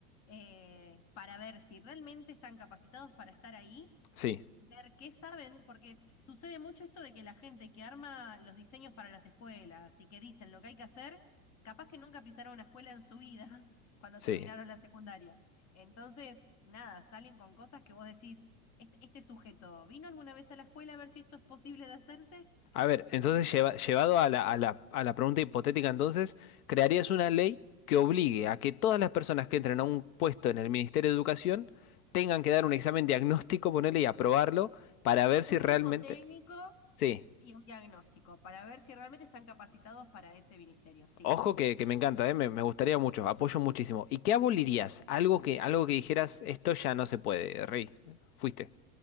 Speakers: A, on the left; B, on the left.
A: eh, para ver si realmente están capacitados para estar ahí
B: Sí,
A: Ver qué saben, porque sucede mucho esto de que la gente que arma los diseños para las escuelas y que dicen lo que hay que hacer, capaz que nunca pisaron una escuela en su vida <laughs> cuando
B: sí.
A: terminaron la secundaria. Entonces, nada, salen con cosas que vos decís, este, este sujeto, ¿vino alguna vez a la escuela a ver si esto es posible de hacerse?
B: A ver, entonces
A: Entonces,
B: lleva- llevado a la, a la, a la pregunta hipotética, entonces, ¿crearías una ley que obligue a que todas las personas que entren a un puesto en el Ministerio de Educación tengan que dar un examen diagnóstico, ponerle y aprobarlo para ver si
A: un
B: realmente...
A: psicotécnico
B: Sí.
A: y un diagnóstico para ver si realmente están capacitados para ese ministerio, sí.
B: Ojo que, que me encanta, ¿eh? Me, me gustaría mucho, apoyo muchísimo. ¿Y qué abolirías? Algo que, algo que dijeras, esto ya no se puede, Rey. Fuiste.